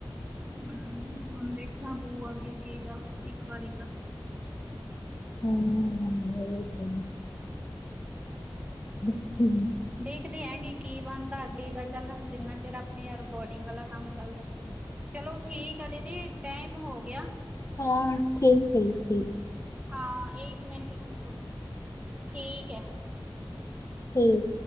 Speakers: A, on the right (about 15°); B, on the left (about 40°).
A: ਹਮ ਹੁਣ ਦੇਖਣਾ ਪਊ ਅੱਗੇ ਅੱਗੇਗਾ ਵਾ ਇੱਕ ਵਾਰੀ ਤਾਂ
B: ਹਮ ਚ ਅੱਛਾ
A: ਦੇਖਦੇ ਅੱਗੇ ਕੀ ਬਣਦਾ ਅੱਗੇ ਗ ਚੱਲ ਜਿੰਨਾ ਚਿਰ ਆਪਣੀ ਰਿਕੋਡਿੰਗ ਵਾਲਾ ਕੰਮ ਚੱਲਦਾ ਚਲੋ ਠੀਕ ਆ ਦੀਦੀ ਟਾਈਮ ਹੋ ਗਿਆ
B: ਹਾਂ ਠੀਕ- ਠੀਕ -ਠੀਕ।
A: ਹਾਂ ਇੱਕ ਮਿੰਟ ਰੁਕੋ ਠੀਕ ਹੈ
B: ਠੀਕ